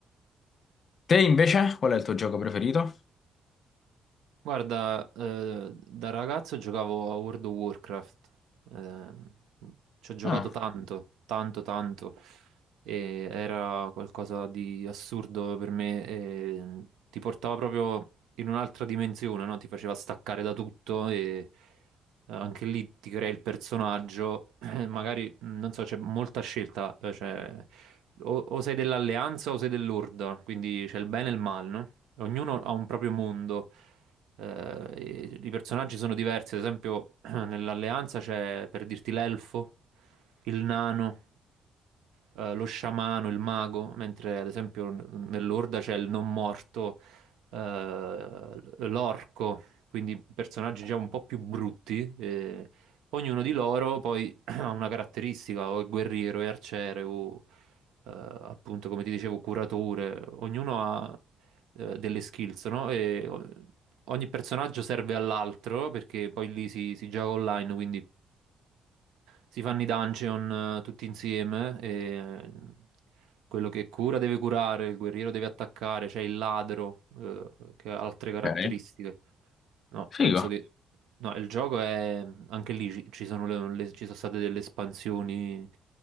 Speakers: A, on the left (about 50°); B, on the right (about 85°).
A: Te invece, qual è il tuo gioco preferito?
B: Guarda, eh, da ragazzo giocavo a World of Warcraft, ehm, ci ho giocato
A: Ah,
B: tanto, tanto, tanto, e era qualcosa di assurdo per me, e ti portava proprio in un'altra dimensione, no? Ti faceva staccare da tutto e anche lì ti crei il personaggio, <clears throat> magari, non so, c'è molta scelta, eh, cioè, o, o sei dell'alleanza o sei dell'orda, quindi c'è il bene e il male, no? Ognuno ha un proprio mondo eh, e i personaggi sono diversi, ad esempio <clears throat> nell'Alleanza c'è, per dirti, l'elfo, il nano, eh, lo sciamano, il mago, mentre ad esempio n- nell'Orda c'è il non morto, eh, l'orco, quindi personaggi già un po' più brutti. e ognuno di loro poi ha una caratteristica, o è guerriero, è arciere, o eh, appunto, come ti dicevo, curatore. Ognuno ha eh, delle skills, no? E o- ogni personaggio serve all'altro perché poi lì si, si gioca online, quindi si fanno i dungeon eh, tutti insieme e eh, quello che cura deve curare, il guerriero deve attaccare, c'è il ladro eh, che ha altre caratteristiche.
A: Ok.
B: No,
A: figo.
B: penso che no, il gioco è anche lì ci, ci sono, le- le- ci sono state delle espansioni